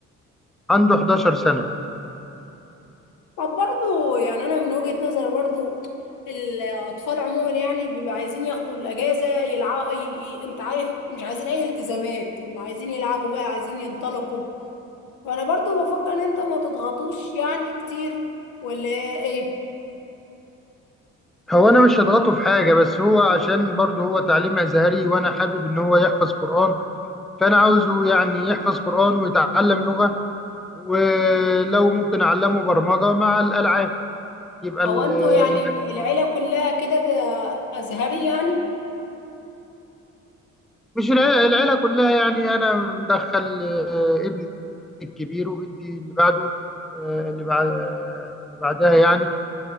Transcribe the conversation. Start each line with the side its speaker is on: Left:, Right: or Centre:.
Centre: عنده 11 سنه
Left: طب برضو يعني انا من وجهة نظر برضو الاطفال عموما يعني بيبقى عايزين ياخدوا الاجازه يلعبوا انت عارف مش عايزين اي التزامات عايزين يلعبوا بقى عايزين ينطلقوا فانا برضو بفكر ان انت ما تضغطوش يعني كتير ولا ايه
Centre: هو انا مش هضغطه في حاجه بس هو عشان برضو هو تعليم ازهري وانا حابب ان هو يحفظ قران فانا عاوزه يعني يحفظ قران ويتعلم لغه ولو ممكن اعلمه برمجه مع الالعاب يبقى
Left: هو
Centre: ال-
Left: انتوا يعني
Centre: الأج-
Left: العيله كلها كده ازهري يعني
Centre: مش العيله العيلة كلها يعني انا مدخل آه، ابني الكبير وبنتي اللي بعده آه، اللي بعد اللي بعدها يعني